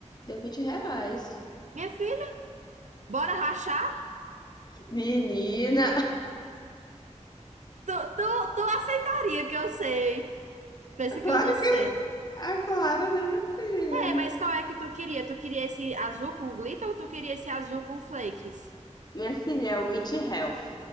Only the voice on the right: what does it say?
Minha filha, bora rachar?
Tu, tu, tu aceitaria que eu sei. Pensa
que
eu não sei.
É, mas qual é que tu queria? Tu queria esse azul com glitter ou tu queria esse azul com flakes?